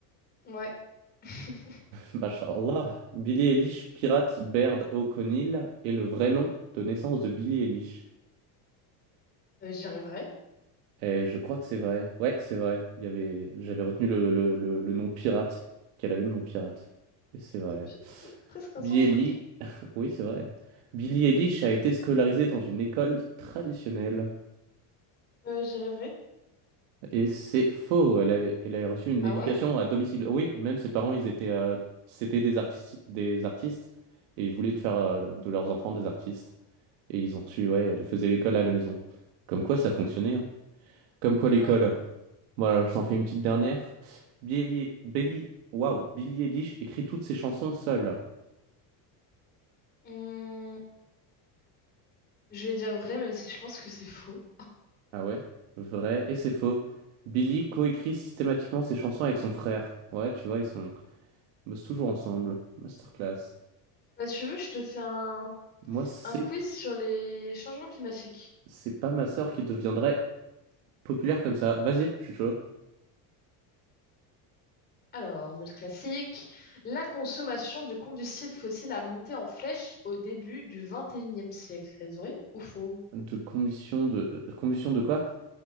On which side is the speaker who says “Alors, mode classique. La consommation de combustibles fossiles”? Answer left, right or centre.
Left